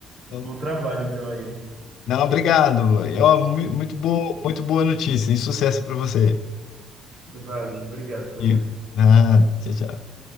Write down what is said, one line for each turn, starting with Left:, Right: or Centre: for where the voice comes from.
Right: Bom
Left: Então,
Right: trabalho então aí.
Left: não, obrigado. E, ó, mu- muito boa, muito boa notícia e sucesso para você.
Right: Vale, obrigado
Left: E,
Right: também.
Left: ah, tchau, tchau.